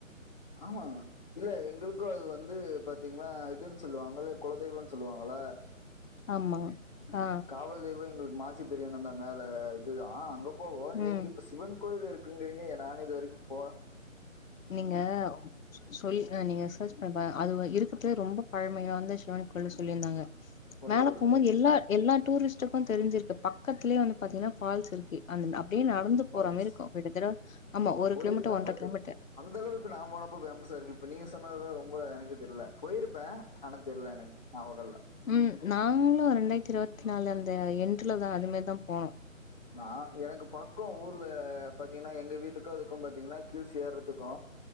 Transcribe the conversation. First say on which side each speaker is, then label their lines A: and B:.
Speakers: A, on the left; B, on the left.
A: ஆமா இல்ல எங்களுக்கு அது வந்து பாத்திங்கன்னா இதுன்னு சொல்லுவாங்க கொலதெய்வன்னு சொல்லுவாங்கள
B: ஆமா ஆ
A: காவல் தெய்வொ எங்களுக்கு மாசி பிரியாணந்தான் மேல இதுதா அங்க போவோ நீங்க
B: ம்
A: இப்ப சிவன் கோயில் இருக்குங்கிறீங்க ஏ நானே இது வரிக்கு போன
B: நீங்க சொல் நீங்க செர்ச் பண்ணி பாருங் அது இருக்கத்துலே ரொம்ப பழமையா வந்த சிவன் கோயில் சொல்லிருந்தாங்க
A: ஓகே
B: மேல
A: ஓகே
B: போம்போது எல்லா எல்லா டூரிஸ்டுக்கு தெரிஞ்சிருக்கு பக்கத்திலே வந்து பாத்திங்கன்னா ஃபால்ஸ் இருக்கு அந் அப்டின் நடந்து
A: ஃபால்ஸ்
B: போற மாரி இருக்கு கிட்டதட்ட ஆமா ஒரு
A: போயிருப்பே
B: கிலோமீட்டர் ஒன்ற
A: பட்
B: கிலோமீட்ரு
A: அந்த அளவுக்கு நா போனப்ப பேமஸா இருக்கு இப்ப நீங்க சொன்னதுத ரொம்ப எனக்கு தெர்ல போயிருப்பே ஆனா தெர்ல எனக்கு நாவகொ இல்ல
B: ம் நாங்ளு ரெண்டாயிர்த்தி இருவத்தி நாலு அந்த எண்டுல தா அதுமாரி தா போனோ
A: நா எனக்கு பக்கொ ஊர்ல பாத்திங்கன்னா எங்க வீட்டுக்கு அதுக்கு பாத்திங்கன்னா கீல்ஸ் ஏர்றதுக்கு